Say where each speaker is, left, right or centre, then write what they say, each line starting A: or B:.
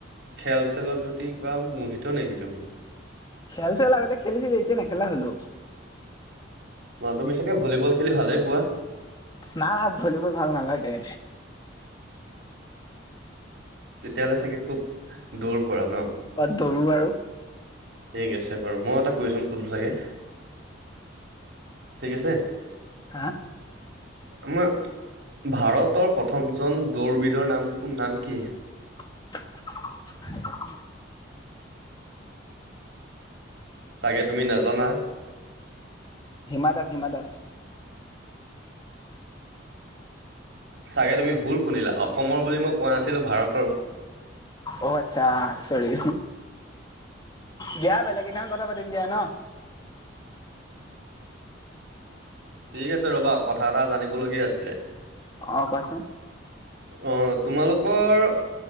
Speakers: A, on the right (about 60°); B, on the left (about 20°).
A: খেল-চেলৰ প্ৰতি কিবা মোহিত নেকি তুমি?
B: খেল-চেল আগতে খেলিছিলো, এতিয়া নেখেলা হলো।
A: অহ' তুমি চাগে ভলীবল খেলি ভালেই পোৱা?
B: নাহ না ভলীবল ভাল নালাগে।
A: তেতিয়াহ'লে চাগে খুব দৌৰ কৰা ন?
B: অহ' দৌৰো বাৰু।
A: ঠিক আছে বাৰু মই এটা কুৱেশ্যন সুধো চাগে, ঠিক আছে?
B: হা?
A: তোমাৰ ভাৰতৰ প্ৰথমজন দৌৰবিদৰ নাম কোন নাম কি?
B: <inaudible> <inaudible>
A: চাগে তুমি নাজানা
B: হিমা দাস, হিমা দাস।
A: চাগে তুমি ভুল শুনিলা অসমৰ বুলি মই কোৱা নাছিলোঁ। ভাৰত
B: অহ' আচ্ছা চৰি! দিয়া বেলেগ দিনা কথা পাতিম দিয়া ন।
A: ঠিক আছে ৰ'বা! কথা এটা জানিবলগীয়া আছিলে।
B: অহ' কোৱাচোন!
A: অহ' তোমালোকৰ